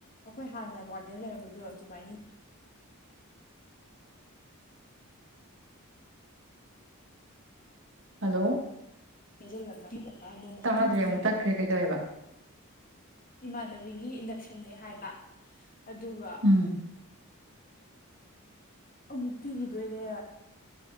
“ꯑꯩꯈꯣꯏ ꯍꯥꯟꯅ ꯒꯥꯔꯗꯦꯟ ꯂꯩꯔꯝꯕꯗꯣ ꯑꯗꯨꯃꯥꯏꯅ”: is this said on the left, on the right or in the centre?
Left